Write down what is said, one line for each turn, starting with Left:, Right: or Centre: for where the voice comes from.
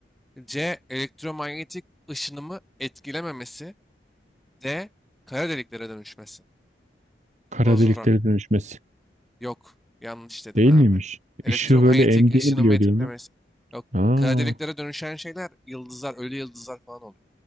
Centre: C. Elektromanyetik ışınımı etkilememesi. D. Kara deliklere dönüşmesi.
Right: Kara
Centre: Bu da zora.
Right: deliklere dönüşmesi.
Centre: Yok. Yanlış dedin
Right: Değil
Centre: abi.
Right: miymiş?
Centre: Elektromanyetik
Right: Işığı böyle emdiğini
Centre: ışınımı
Right: biliyor
Centre: etkilemesi.
Right: değil mi?
Centre: Yok.
Right: Aa.
Centre: Kara deliklere dönüşen şeyler yıldızlar, ölü yıldızlar falan oluyor.